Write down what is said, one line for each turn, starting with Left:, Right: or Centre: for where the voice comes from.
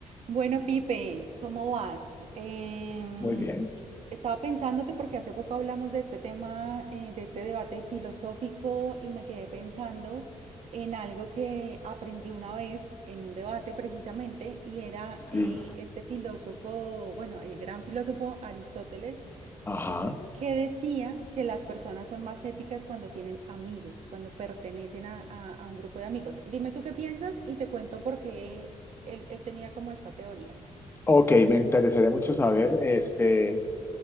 Right: Bueno, Pipe, ¿cómo vas? Em,
Left: Muy bien,
Right: estaba pensándote porque hace poco hablamos de este tema, eh, de este debate filosófico y me quedé pensando en algo que aprendí una vez en un debate precisamente y era
Left: sí.
Right: eh, este filósofo, bueno, el gran filósofo Aristóteles,
Left: Ajá.
Right: que decía que las personas son más éticas cuando tienen amigos, cuando pertenecen a, a- a un grupo de amigos. Dime tú qué piensas y te cuento por qué él él tenía como esta teoría.
Left: Ok, me interesaría mucho saber. Este,